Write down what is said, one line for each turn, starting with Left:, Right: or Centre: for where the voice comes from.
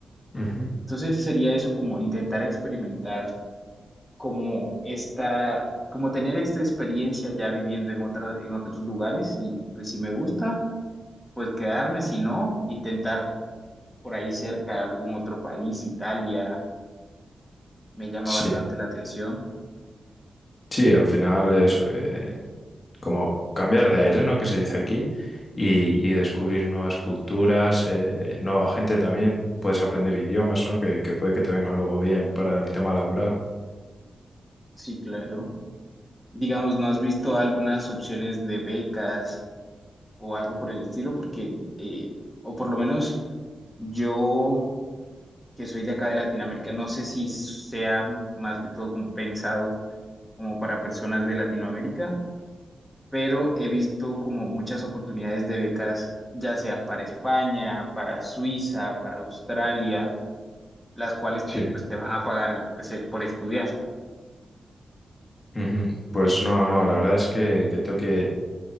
Left: Ujú.
Centre: Entonces sería eso como intentar experimentar como esta, como tener esta experiencia ya viviendo en otras, en otros lugares y pues si me gusta, pues quedarme, si no, intentar por ahí cerca algún otro país, Italia, me llama
Left: Sí,
Centre: bastante la atención.
Left: sí, al final eso, eh, como cambiar de aire, ¿no? Que se dice aquí, y, y descubrir nuevas culturas, eh, nueva gente también, puedes aprender idiomas, ¿no? Que, que puede que te vengan luego bien para el tema laboral.
Centre: Sí, claro. Digamos, ¿no has visto algunas opciones de becas o algo por el estilo? Porque, eh, o por lo menos yo, que soy de acá de Latinoamérica, no sé si sea más que todo como pensado como para personas de Latinoamérica pero he visto como muchas oportunidades de becas, ya sean para España, para Suiza, para Australia, las cuales
Left: Sí.
Centre: te, pues, te van a pagar pues, eh, por estudiar.
Left: Ujú. Pues no, no, la verdad es que, que tengo que,